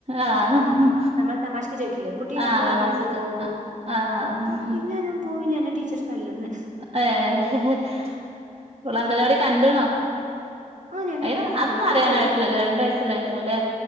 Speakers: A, on the right; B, on the right.
A: ആഹ്
B: നമ്മൾ തമാശിക്ക ചോദിക്കില്ലേ കുട്ടി
A: ആഹ്
B: ങ്കിലും
A: തമാശക്ക്
B: മടി പോകോ
A: ആഹ്
B: അപ്പൊ പിന്നെ ഞാ പോവില്ല എന്നെ ടീച്ചർ തല്ലുന്ന്
A: ഏളങ്ങല അവിടെ കണ്ടുണോ
B: ആ ഞാന്
A: അത് അതൊന്നും
B: ഏഹ്
A: അറിയാനായിട്ടില്ലല്ലേ
B: പൊടി
A: രണ്ടു വയസ്സല്ല ആായിട്ടുള്ളൂ അല്ലേ